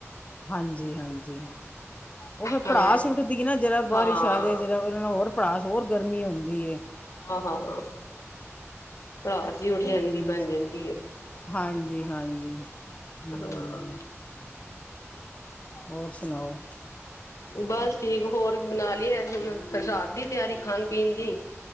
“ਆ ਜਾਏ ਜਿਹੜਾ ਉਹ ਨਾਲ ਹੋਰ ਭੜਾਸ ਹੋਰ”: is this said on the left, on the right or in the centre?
Left